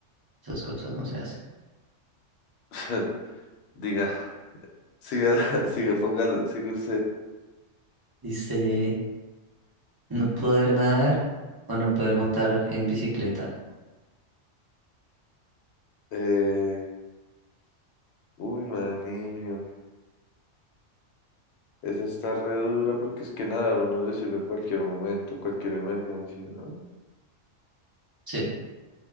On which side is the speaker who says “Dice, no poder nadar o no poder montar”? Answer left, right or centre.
Right